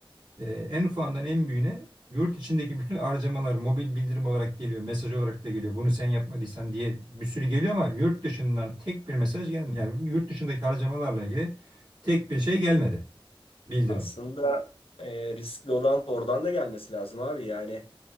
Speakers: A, on the right; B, on the left.
A: Ee, en ufağından en büyüğüne yurt içindeki bütün harcamalar mobil bildirim olarak geliyor, mesaj olarak da geliyor. Bunu sen yapmadıysan diye bir sürü geliyor ama yurt dışından tek bir mesaj gelmiyor. Yani yurt dışındaki harcamalarla ilgili tek bir şey gelmedi, bildirim.
B: Aslında e, riskli olan oradan da gelmesi lazım abi. Yani